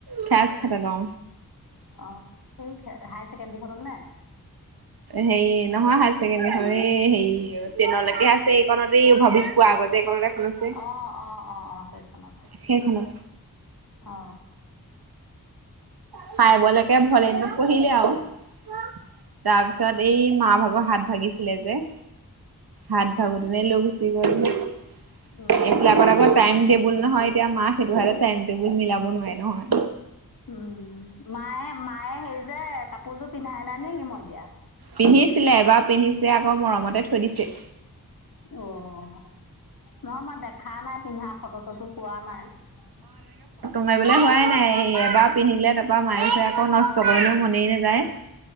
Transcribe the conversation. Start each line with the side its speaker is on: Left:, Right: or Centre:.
Right: খাছ-খাতত, অ
Left: হাই-ছেকেণ্ডৰীখনত নে?
Right: হেৰি, নহয় হাই-ছেকেণ্ডীখনত, এই হেৰি ট্ৰেইনলৈকে আছে, এইকণতে ভাবিছ পোৱা আগতে যে এইকণত এখন আছে
Left: অ-অ-অ-অ, সেইখনত
Right: সেইখনত।
Left: অ-অ
Right: ফ্ৰাইবলৈকে ভলেনোত পঢ়িলে আৰু তাৰপিছত, এই মা ভাগৰ হাত ভাগিছে ছিলে যে হাত ভাঙোতে লৈ গৈছিল উম
Left: অঁ
Right: এইবিলাকত আকৌ, টাইম টেবুল নহয় এতিয়া, মাক সেইটো হাতে টাইম টেবুল মিলাব নোৱাৰে নহয়।
Left: উম, মায়ে মায় <unintelligible> হেৰি যে, কাপোৰযোৰ পিন্ধাই নাই নে মই দিয়া <unintelligible>
Right: পিন্ধিছিলে, এবাৰ পিন্ধিছে, আকৌ মৰমতে থৈ দিছে।
Left: অহ, মই-মই দেখা নাই পিন্ধাত ফটো-চটো পোৱা নাই।
Right: মাৰিবলে হোৱাই নাই, এই এবাৰ পিন্ধিলে তাৰপা মায়ে চাই আকৌ নষ্ট কৰিবলৈও মনেই নাযায়।